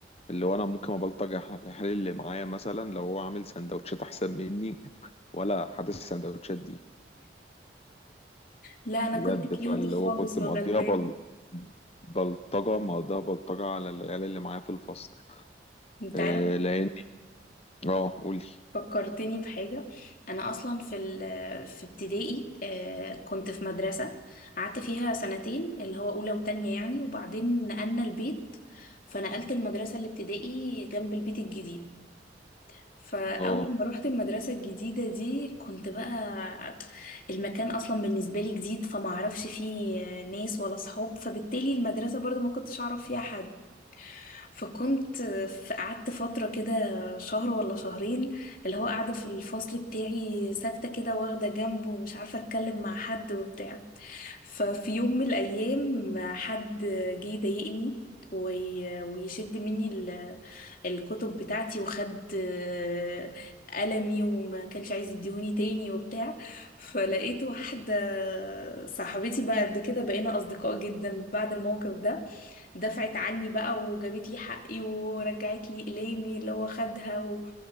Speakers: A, on the left; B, on the left.
A: اللي هو أنا ممكن أبلطج على الحال اللي معايا مثلا لو هو عامل سندوتشات أحسن مني ولا حاسس السندوتشات دي
B: لا انا
A: بجد
B: كنت كيوت
A: فاللي
B: خالص
A: هو كنت
B: وغلبانه
A: مقضيها بل... بلطجة مقضيها بلطجة على العيال اللي معايا في الفصل
B: انت
A: إيه
B: عارف
A: لأني اه قولي
B: فكرتني بحاجة أنا أصلا في ال في ابتدائي آه، كنت في مدرسة قعدت فيها سنتين اللي هو أولى وتانية يعني وبعدين نقلنا البيت فنقلت المدرسة الابتدائي جنب البيت الجديد فأول
A: اه
B: ما روحت المدرسة الجديدة دي كنت بقى المكان أصلا بالنسبة لي جديد فما أعرفش فيه ناس ولا صحاب فبالتالي المدرسة برضو ما كنتش أعرف فيها حد فكنت في قعدت فترة كده شهر ولا شهرين اللي هو قاعدة في الفصل بتاعي ساكتة كده واخدة جنبه ومش عارفة اتكلم مع حد وبتاع ففي يوم من الأيام حد جه يضايقني وي- ويشد مني ال- الكتب بتاعتي وخد آه، قلمي وما كانش عايز يديهوني تاني وبتاع فلقيت واحدة صاحبتي بعد كده بقينا أصدقاء جدا بعد الموقف ده دفعت عني بقى وجابت لي حقي ورجعت لي إقلامي اللي هو خدها و...